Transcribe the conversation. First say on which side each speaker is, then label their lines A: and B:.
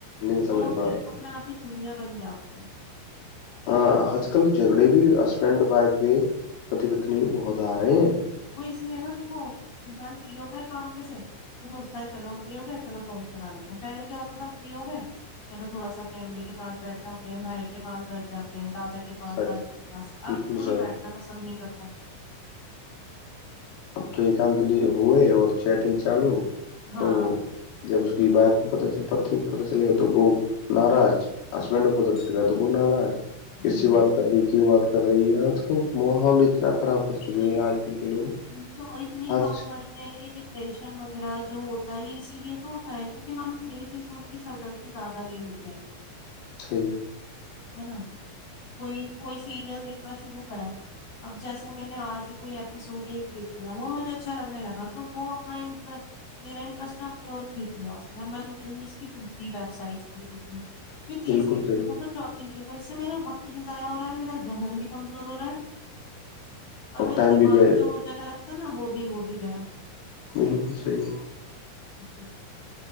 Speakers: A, on the left; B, on the left.
A: نہیں
B: تو
A: سمجھ پا
B: پھر
A: رہا
B: اپنا آپ ہی دوریا بن جاتی ہے
A: ہاں آج کل جھگڑے بھی ہسبینڈ وائف کے پتی پتنی بھی بہت آ رہے ہیں
B: تو اس لیے نا دیکھو انسان فری ہوتا ہے کام پہ سے تو سوچتا ہے چلو ہم فری ہو گئے چلو فون چلا لیتے ہیں پہلے کیا ہوتا تھا فری ہو گئے چلو تھوڑا سا اپنی امی کے پاس بیٹھ جاتے ہیں بھائی کے پاس بیٹھ جاتے ہیں دادا کے پال
A: سچ
B: دادی کے پاس اب
A: بالکل
B: کوئی
A: سچ
B: بیٹھنا پسند نہیں کرتا
A: اب تو ایکانت لیے ہوئے اور چیٹنگ چالو
B: ہاں
A: تو جب اس ب کو پتا چلے گ پت کو پتا چلے گا تو وہ ناراض ہسبینڈ کو پتا
B: ہاں
A: چل گیا توبو ناراج کس
B: جی
A: سے
B: جی
A: بات کر رہی کیوں بات کر رہی ہے آج کل محال اتنا کتنا خراب کر چکے
B: اور
A: ہیں آج کل کے لوگ
B: اتنی تو اور اتنی
A: ہاتھ
B: کم عمر میں یہ ڈپریشن وغیرہ جو ہوتا ہے یہ اسی لیے تو ہوتا ہے کیونکہ ہم بے فضول کی سردردی زیادہ لے لیتے ہیں
A: صحھی
B: ہے نا کوئی کوئی سیریل دیکھنا شروع کرا اب جیسے میں نے آج کوئی ایپیسوڈ دیکھ لیا وہ مجھے اچھا لگنے لگا تو وہ اپنا انٹر میرا انٹرسٹ نے اپنی اور کھینچ لیا اس میں اب میں سوچ رہیی اس کی دوسری ویب سائٹس بھی دیکھوں پھر تیسری
A: بالکل صحیح
B: دیکھو پھر چوتا جی دیک اس سے میرا وقت بھی ضائع ہو رہا ہے میرا ذہن بھی کمزور ہو رہا ہے اور میرا
A: ٹائم
B: دماغ
A: بھی ب
B: جو اور جگہ الگتا تھا نا وہ بھی وہ بھی گیا
A: بالکل صحیح ہے
B: جی